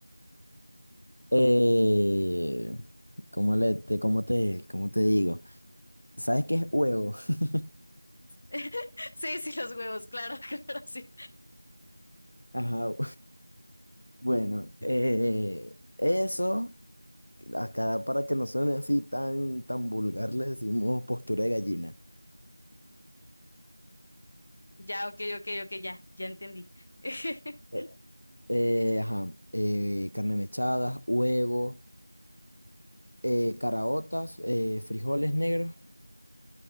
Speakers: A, on the left; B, on the left.
A: eh, ¿cómo le, te, cómo te, cómo te digo? ¿Sabes qué es huevo? <laughs>
B: <laughs> Sí, sí, los huevos, claro, <laughs> claro, sí.
A: Ajá, bueno, eh, eso. Acá para que no suene así tan, tan vulgar, le decimos postura de gallina.
B: Ya, ok, ok, ok, ya, ya entendí. <laughs>
A: Eh, eh, ajá, eh, carne mechada, huevos, eh, caraotas, eh, frijoles negros